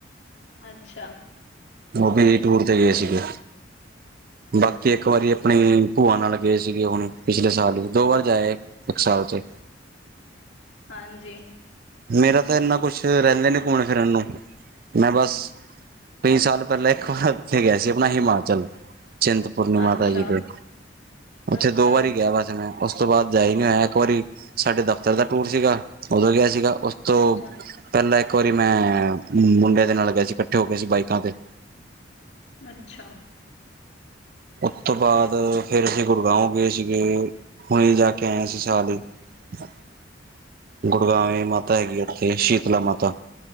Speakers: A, on the left (about 70°); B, on the right (about 50°).
A: ਅੱਛਾ।
B: ਓ ਵੀ <unintelligible> ਟੂਰ ਤੇ ਗਏ ਸੀਗੇ। ਬਾਕੀ ਇੱਕ ਵਾਰੀ ਆਪਣੀ ਭੂਆ ਨਾਲ ਗਏ ਸੀਗੇ ਹੁਣ ਪਿਛਲੇ ਸਾਲ ਦੋ ਵਾਰ ਜਾ ਆਏ। ਇੱਕ ਸਾਲ ਚ ਏ।
A: ਹਾਂਜੀ।
B: ਮੇਰਾ ਤਾਂ ਇੰਨਾ ਕੁੱਛ ਰੈਂਦੇ ਨੇ ਘੁੰਮਣ ਫਿਰਨ ਨੂੰ ਮੈਂ ਬਸ ਕਈ ਸਾਲ ਪੈਲਾਂ ਇੱਕ ਵਾਰ ਉੱਥੇ ਗਿਆ ਸੀ ਆਪਣਾ ਹਿਮਾਚਲ ਚਿੰਤ ਪੂਰਨੀ ਮਾਤਾ
A: ਅੱਛਾ
B: ਜੀ ਦੇ ਉੱਥੇ
A: ਅੱਛਾ
B: ਦੋ ਵਾਰੀ ਗਿਆ ਵਾਸੇ ਮੈਂ ਉਸ ਤੋਂ ਬਾਦ ਜਾਈ ਨੀ ਹੋਇਆ। ਇੱਕ ਵਾਰੀ ਸਾਡੇ ਦਫ਼ਤਰ ਦਾ ਟੂਰ ਸੀਗਾ ਓਦੋਂ ਗਿਆ ਸੀਗਾ ਉਸ ਤੋਂ
A: ਅੱਛਾ
B: ਪੈਲਾਂ ਇੱਕ ਵਾਰੀ ਮੈਂ ਮੁੰਡੇ ਦੇ ਨਾਲ ਗਏ ਸੀ ਇਕੱਠੇ ਹੋ ਕੇ ਅਸੀਂ ਬਾਈਕਾਂ ਤੇ।
A: ਅੱਛਾ।
B: ਊ ਤੋਂ ਬਾਦ ਫਿਰ ਅਸੀਂ ਗੜਗਾਓਂ ਗਏ ਸੀਗੇ ਹੁਣੇ ਜਾ ਕੇ ਆਏ ਐਸੀ ਸਾਲ ਈ। <inaudible> ਗੁੜਗਾਵੇਂ ਮਾਤਾ ਹੈਗੀ ਆ ਉੱਥੇ ਸ਼ੀਤਲਾ ਮਾਤਾ